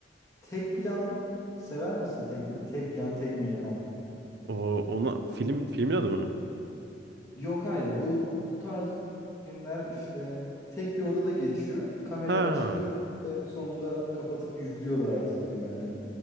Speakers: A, on the left; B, on the right.
A: tek plan sever misin? Tek plan, tek plan, tek mekan.
B: O ona film filmin adı mı?
A: Yok hayır. Bu bu tarz filmler işte tek bir odada geçiyor. Kamera
B: Ha,
A: açılıyor ve sonunda kapatıp yüklüyorlar artık filmi. Yani